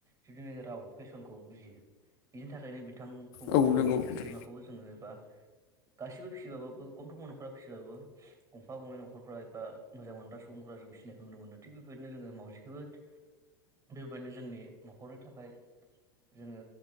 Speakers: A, on the right (about 25°); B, on the left (about 60°).
A: जुदिनाखि राव फेसनखौ बुजियो बिनि थाखायनो। बिथांखौबो
B: औ
A: एबा
B: नंगौ
A: जोङो
B: नोंथां
A: सैमाखौबो जोङो एबा <unintelligible> नखरनि थाखाय जोङो